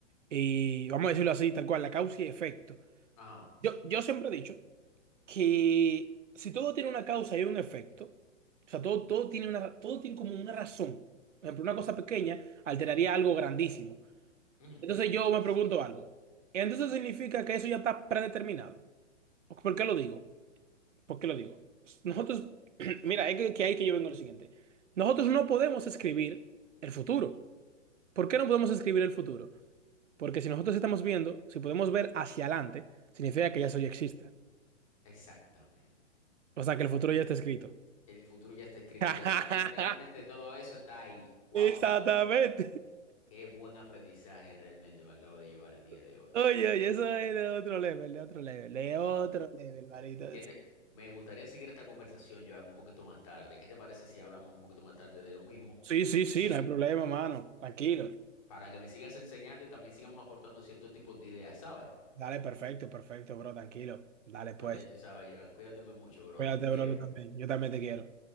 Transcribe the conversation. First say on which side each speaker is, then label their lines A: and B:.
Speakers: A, on the right; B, on the left.
A: eh, vamos a decirlo así, tal cual, la causa y efecto.
B: ajá,
A: Yo, yo siempre he dicho que si todo tiene una causa y un efecto, o sea, todo, todo tiene una, todo tiene como una razón. Por ejemplo, una cosa pequeña alteraría algo grandísimo.
B: ujú,
A: Entonces yo me pregunto algo. Entonces significa que eso ya está predeterminado. ¿Por qué lo digo? ¿Por qué lo digo? Nosotros, <clears throat> mira, es que, que ahí que yo vengo a lo siguiente. Nosotros no podemos escribir el futuro. ¿Por qué no podemos escribir el futuro? Porque si nosotros estamos viendo, si podemos ver hacia adelante, significa que ya eso ya existe.
B: exactamente.
A: O sea, que el futuro ya está escrito.
B: El futuro ya está escrito,
A: <laughs>
B: ya está, literalmente todo eso está ahí, wow,
A: Exactamente.
B: mano. Qué buen aprendizaje realmente me acabo de llevar el día
A: <laughs>
B: de hoy.
A: Oye, oye, eso es de otro level, de otro level, de
B: Normal.
A: otro level, marito.
B: ¿Qué te... Me gustaría seguir esta conversación, Joan, un poquito más tarde. ¿Qué te parece si hablamos un poquito más tarde de lo mismo?
A: Sí, sí, sí,
B: Y se...
A: no hay problema, mano. Tranquilo.
B: para que me sigas enseñando y también sigamos aportando ciertos tipos de ideas, ¿sabes?
A: Dale, perfecto, perfecto, bro, tranquilo. Dale, pues.
B: Pues ya tú sabes, Joan, cuídate mucho, brother.
A: Cuídate,
B: Te quiero.
A: bro, tú también. Yo también te quiero.